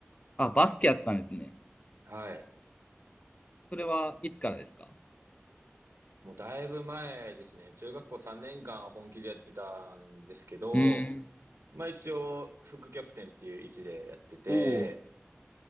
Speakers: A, on the left (about 30°); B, on the right (about 80°).
A: あ、バスケやったんですね。
B: はい。
A: それはいつからですか
B: もうだいぶ前ですね。中学校3年間本気でやってたんですけど、
A: うん。
B: まあ一応、副キャプテンっていう位置でやってて、
A: おお、